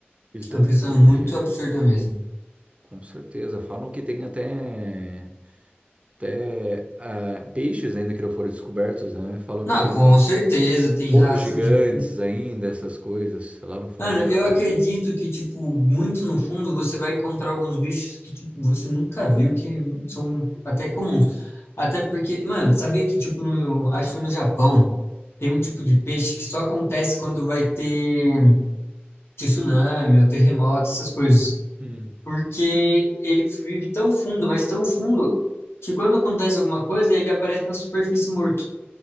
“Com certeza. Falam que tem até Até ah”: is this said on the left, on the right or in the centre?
Right